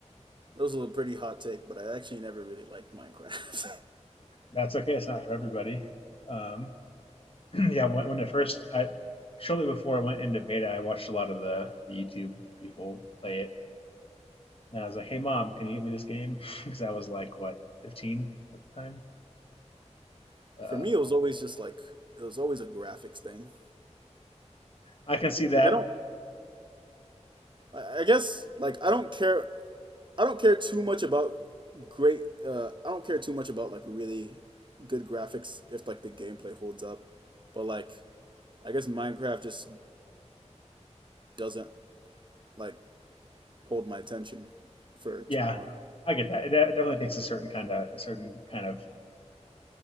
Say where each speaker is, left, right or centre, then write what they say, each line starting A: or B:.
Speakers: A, on the right (about 40°); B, on the left (about 50°).
A: was a pretty hot take, but I actually never really liked Minecraft.
B: That's okay. It's not for everybody. Um, <clears throat> yeah, when, when it first, I shortly before I went into beta, I watched a lot of the, the YouTube people play it, and I was like, "Hey, mom, can you get me this game?" <laughs> Because I was like, what, fifteen at the time.
A: <laughs>
B: Uh,
A: For me, it was always just like it was always a graphics thing.
B: I can see that.
A: Like I don't, I I guess like I don't care I don't care too much about great. Uh, I don't care too much about like really good graphics if like the gameplay holds up, but like I guess Minecraft just doesn't like hold my attention for too
B: Yeah,
A: long.
B: I get that. It definitely takes a certain kind of a certain kind of